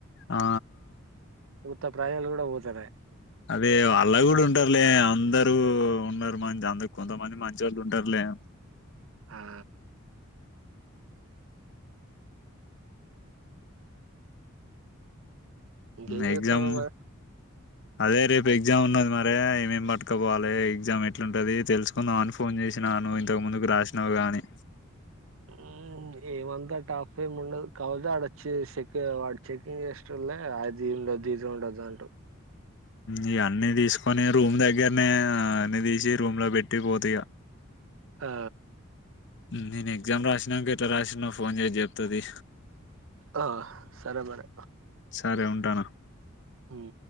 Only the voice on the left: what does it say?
ఆ ఆ!
అదే అలా కూడా ఉంటారులే అందరూ ఉన్నారు మంచి అంద కొంతమంది మంచోళ్ళు ఉంటారులే
ఎగ్జామ్
అదే రేపు ఎగ్జామ్ ఉన్నది మరే ఏమేం పట్టుకపోవాలి ఎగ్జామ్ ఎట్లుంటది తెలుసుకుందాం అని ఫోన్ చేసినాను ఇంతకు ముందుకు రాసినావు గాని
ఇగ అన్నీ తీసుకొని రూమ్ దగ్గరనే అన్ని తీసి రూమ్ లో పెట్టి పోతఇగ
నేను ఎగ్జామ్ రాసినాక ఎట్లా రాసినొ ఫోన్ చేసి చెప్తాతీ
సరే ఉంటాన